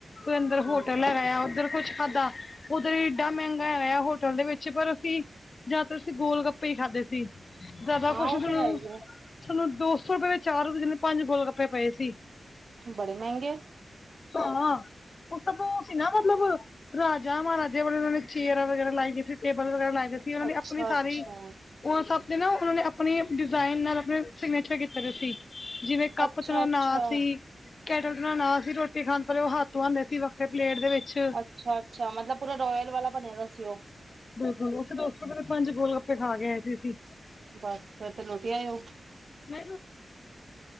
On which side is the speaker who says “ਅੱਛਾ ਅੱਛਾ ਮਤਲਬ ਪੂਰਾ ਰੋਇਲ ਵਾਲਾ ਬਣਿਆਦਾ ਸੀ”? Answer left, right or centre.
Right